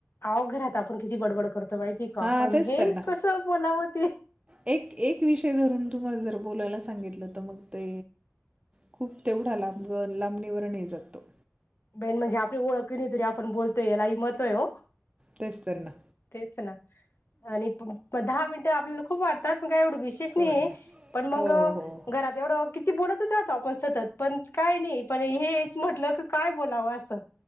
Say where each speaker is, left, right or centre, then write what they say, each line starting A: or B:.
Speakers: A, on the left; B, on the right.
A: अव घरात आपण किती बडबड करतो. माहिती का
B: हां
A: पण
B: तेच
A: हे
B: तर ना
A: कसं बोलावं ते
B: एक एक विषय धरून तुम्हाला जर बोलायला सांगितलं तर मग ते खूप तेवढं लांबणीवर नि जातातो
A: बाईण म्हणजे आपली ओळख नाही तरी आपण बोलतोय याला ही महत्व हो
B: तेच तर ना
A: तेच ना आणि दहा मिनटं आपल्याला खूप वाटतात. का एवढं विशेष नाही
B: कळलं ना.
A: पण मग
B: हो हो
A: घरात एवढं किती बोलतच राहतो आपण सतत पण काय नाही पण हेच म्हटलं की काय बोलावं असं